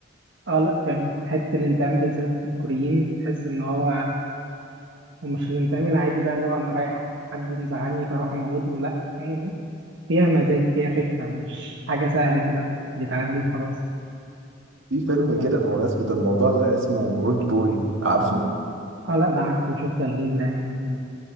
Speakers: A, on the right; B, on the right.
A: اه لا فاهم حتة الانتقام بالذات في الكوريين تحس ان هو ومش الانتقام العادي بقى اللي هو انا رايح حد مزعلني فاروح اموته لا يعني فيها مزاج فيها فكرة مش حاجة سهلة كده بتعدي وخلاص
B: في فيلم
A: اه
B: كده بمناسبة الموضوع ده اسمه اولد بوي عارفه؟
A: آه، لا بعرف وشفته اكيد ده يعني